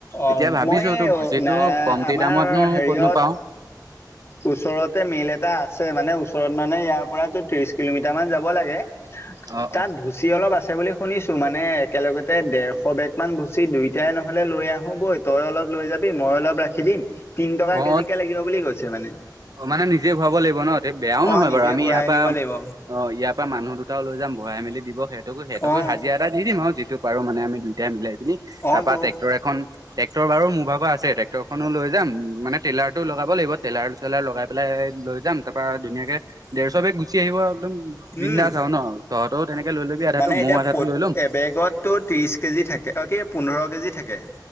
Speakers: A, on the left; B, on the right.
A: অ',
B: এতিয়া ভাবিছো
A: মই এই
B: তোৰ ভুজিটো
A: না
B: কমতি
A: আমাৰ
B: দামতনো
A: হেৰিয়ত
B: ক'তনো পাওঁ
A: ওচৰতে মেইল এটা আছে মানে ওচৰত মানে ইয়াৰ পৰাতো ত্ৰিশ কিলোমিটাৰ মান যাব লাগে।
B: অ
A: তাত ভুচি অলপ আছে বুলি। শুনিছো মানে একেলগতে দেেৰশ বেগ মান ভুচি দুইটাই নহলে লৈ আহো বৈ তই অলপ লৈ য মই অলপ ৰাখি দিম তিনি টকা
B: অ
A: কেজিকে
B: অ
A: লাগিব বুলি কৈছে মানে
B: অ, মানে নিজে ভৰাব লাগিব ন এ বেয়াও নহয়
A: অ নিজে
B: বাৰু আমি
A: ভৰাই
B: ইয়াৰ
A: আনিব
B: পা
A: লাগিব
B: অ, ইয়াৰ পৰা মানুহ দুটাও লৈ যাম ভৰাই মেলি দিব সেইকো সেইটকো
A: অ
B: হাজি এটা দিম আৰু যিটো পাৰো মানে আম দুটাই মিলাই দিম
A: অ
B: তাৰপা
A: তো
B: ট্ৰেক্টৰ এখন ট্ৰেক্টৰ বাৰু মোৰ ভাব আছে ট্ৰেক্টৰখনো লৈ যাম। মানে টেইলাৰ টো লগাব লাগিব টেইলাৰ চলাৰ লগাই পেলাই লৈ যাম তাৰ পৰা ধুনাকে ডেৰ চোশ বেগ আহিব একদম বিন্দাছ
A: উম
B: আৰু ন। তেনেকে লৈ ল'বি আধাটো
A: মানে এতিয়া
B: ময়ো আধাটো লৈ ল'ম
A: এবেগতো ত্ৰিশ কেজি থাকে আৰু কি পোন্ধৰ কেজি থাকে।